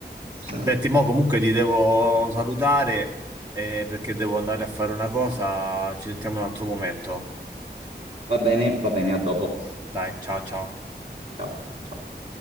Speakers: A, on the right; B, on the right.
A: Allora.
B: Senti, mo comunque ti devo salutare eh, perché devo andare a fare una cosa, ci sentiamo in un altro momento.
A: Va bene, va bene, a dopo.
B: Dai, ciao ciao.
A: Ciao, ciao.